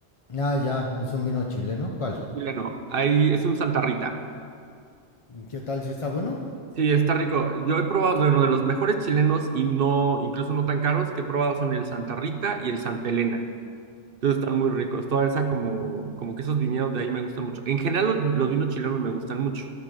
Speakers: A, on the left; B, on the right.
A: Ah, ya, es un vino chileno. ¿Cuál?
B: un chileno. Ahí es un Santa Rita.
A: ¿Qué tal? ¿Si está bueno?
B: Sí, está rico. Yo he probado, bueno, de los mejores chilenos y no, incluso no tan caros, que he probado son el Santa Rita y el Santa Elena. Entonces están muy ricos. Toda esa como, como que esos viñedos de ahí me gustan mucho. En general los, los vinos chilenos me gustan mucho.